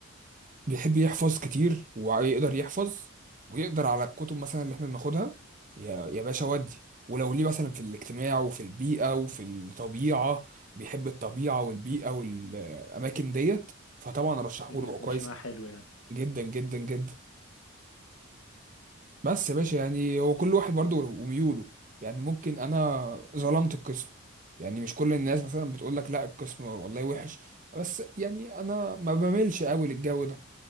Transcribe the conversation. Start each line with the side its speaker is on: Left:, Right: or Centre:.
Right: بيحب يحفظ كتير ويقدر يحفظ ويقدر على الكتب مثلا اللي احنا بناخدها يا يا باشا ودي ولو ليه مثلا في الاجتماع وفي البيئة وفي الطبيعة بيحب الطبيعة والبيئة والأماكن ديت فطبعا رشحوله
Left: الدنيا
Right: هو
Left: تمشي
Right: كويس
Left: معاه حلو
Right: جدا جدا جدا بس يا باشا يعني هو كل واحد برضه وميوله يعني ممكن أنا ظلمت القسم يعني مش كل الناس مثلا بتقول لك لا القسم والله وحش بس يعني أنا ما بميلش قوي للجو ده